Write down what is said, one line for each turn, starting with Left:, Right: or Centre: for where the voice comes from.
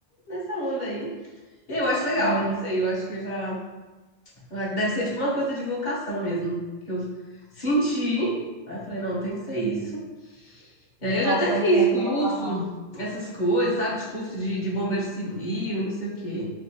Left: nessa onda aí. E Eu acho legal,
Right: E aí,
Left: não sei, eu acho que eu já. ah, Deve ser tipo uma coisa de vocação mesmo. Que eu senti, aí eu falei, não, tem que ser isso. E aí eu
Right: nossa,
Left: já até fiz
Right: eu entendo
Left: curso,
Right: a vocação.
Left: essas coisas, sabe? De curso de, de bombeiro civil, não sei o quê.